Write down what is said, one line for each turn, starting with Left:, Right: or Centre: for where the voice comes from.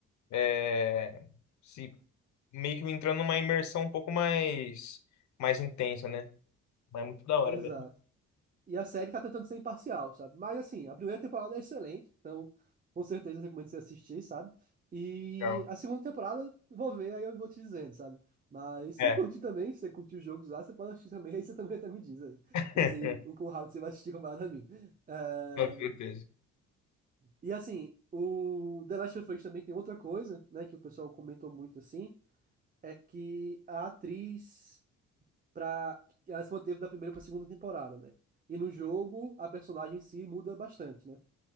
Left: É, se meio que entrando numa imersão um pouco mais, mais intensa, né? Mas é muito da hora
Right: Exato.
Left: mesmo.
Right: E a série tá tentando ser imparcial, sabe? Mas assim, a primeira temporada é excelente, então com certeza eu recomendo você assistir, sabe? E
Left: Legal.
Right: a segunda temporada eu vou ver, aí eu vou te dizendo, sabe? Mas se
Left: É,
Right: você curtir também, se você curtir os jogos lá, você pode assistir também, <laughs> aí você também até me diz aí.
Left: <laughs>
Right: Não sei o quão rápido você vai assistir comparado a mim. Eh,
Left: com certeza.
Right: E assim, o The Last of Us também tem outra coisa, né, que o pessoal comentou muito assim, é que a atriz para ela se manteve da primeira para segunda temporada, né? E no jogo a personagem em si muda bastante, né?